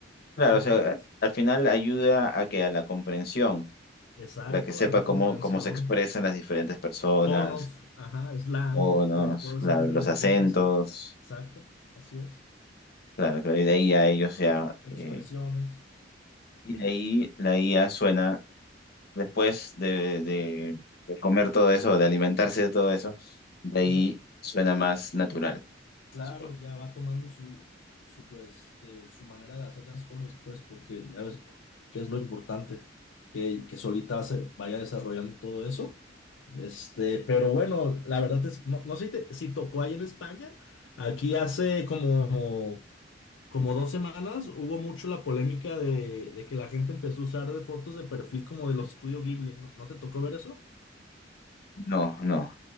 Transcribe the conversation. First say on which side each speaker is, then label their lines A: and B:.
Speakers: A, on the left (about 55°); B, on the left (about 80°).
A: Claro,
B: ¿Sí me
A: o sea,
B: entiendes?
A: al final ayuda a que a la comprensión,
B: Exacto,
A: para que sepa
B: a la
A: cómo,
B: comprensión.
A: cómo se expresan las diferentes personas,
B: tonos, ajá, slang,
A: tonos,
B: eh, todo
A: claro,
B: ese tipo
A: los
B: de
A: acentos,
B: cosas. Exacto, así es.
A: claro, creo y de ahí a ellos ya,
B: Expresiones,
A: eh, y de ahí la IA suena, después de, de- de comer todo eso, de alimentarse de todo eso, de ahí
B: ajá.
A: suena más natural. se
B: Claro,
A: supone.
B: ya va tomando su, su, este, su manera de hacer las cosas, pues, porque ya ves que es lo importante, que, que solita se vaya desarrollando todo eso. Este, pero bueno, la verdad es, no, no sé si, te- si tocó ahí en España, aquí hace como como dos semanas hubo mucho la polémica de, de que la gente empezó a usar de fotos de perfil como de los estudios Ghibli. ¿No, no te tocó ver eso?
A: No, no,